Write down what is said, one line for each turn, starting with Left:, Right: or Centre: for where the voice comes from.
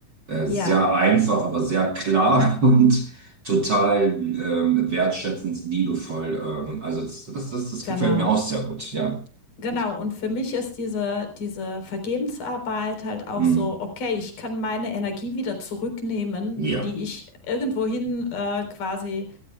Right: Äh, sehr
Left: Ja,
Right: einfach, aber sehr klar <laughs> und total ähm, wertschätzend, liebevoll. Ähm, also das, das, das, das
Left: genau.
Right: gefällt mir auch sehr gut, ja.
Left: Genau, und für mich ist diese, diese Vergebensarbeit halt auch
Right: Mhm.
Left: so, okay, ich kann meine Energie wieder zurücknehmen,
Right: Ja,
Left: die ich irgendwohin äh, quasi